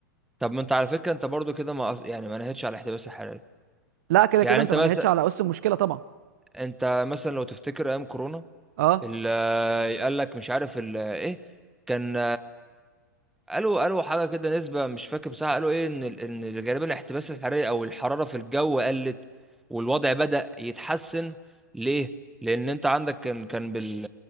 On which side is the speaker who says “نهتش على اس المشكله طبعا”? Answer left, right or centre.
Right